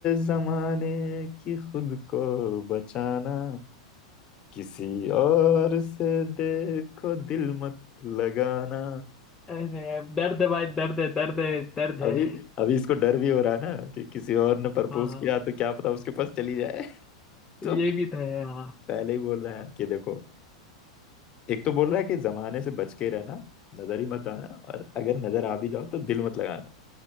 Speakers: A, on the left; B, on the left.
A: जमाने की खुद को बचाना किसी और से देखो दिल मत लगाना
B: अरे दर्द है भाई दर्द है दर्द है दर्द
A: अभी
B: है
A: अभी इसको डर भी हो रहा है ना कि किसी और ने प्रपोज
B: हाँ हाँ
A: किया तो क्या पता उसके पास चली जाए <laughs> तो
B: ये भी तो है हाँ
A: पहले ही बोल रहा है कि देखो एक तो बोल रहा है कि जमाने से बच के रहना नजर ही मत आना और अगर नजर आ भी जाओ तो दिल मत लगाना